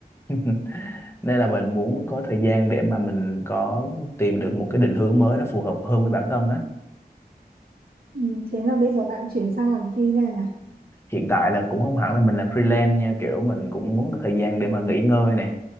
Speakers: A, on the left; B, on the right.
A: <laughs> nên là mình muốn có thời gian để mà mình có tìm được một cái định hướng mới nó phù hợp hơn với bản thân á
B: ừ. thế là bây giờ bạn chuyển sang làm freelance à
A: hiện tại là cũng không hẳn là mình làm freelance nha kiểu mình cũng muốn có thời gian để mà nghỉ ngơi nè